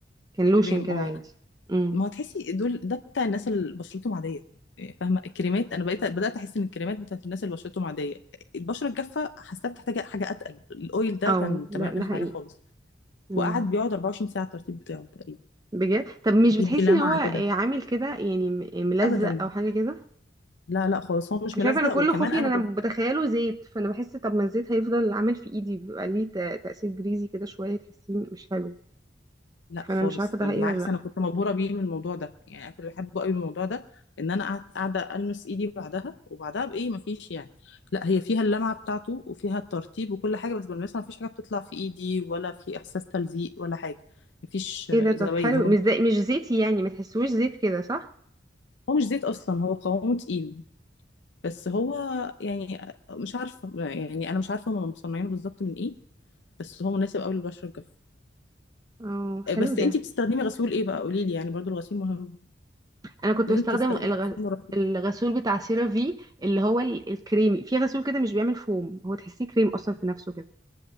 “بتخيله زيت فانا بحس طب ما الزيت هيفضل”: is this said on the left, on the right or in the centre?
Right